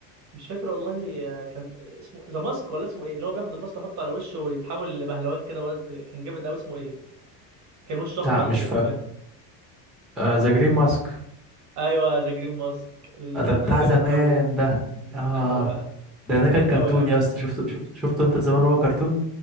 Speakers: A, on the right (about 35°); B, in the centre.
A: مش فاكر والله آه، كان اسمه ذا ماسك ولا اسمه ايه اللي هو بياخد الماسك يحطه على وشه ويتحول لبهلوان كده واد- كان جامد قوي اسمه ايه كان وشه اخضر
B: لا مش
A: كده
B: فاكر
A: الفيلم
B: آه، ذا جرين ماسك
A: ايوه ذا جرين ماسك الفيلم
B: ده بتاع
A: ده جامد
B: زمان
A: قوي
B: ده
A: ز-
B: آه
A: ايوه
B: ده ده
A: زمان
B: كان كرتون
A: قوي قوي
B: يا
A: يعني
B: اسطى شفته شفته شفته أنت زمان هو كرتون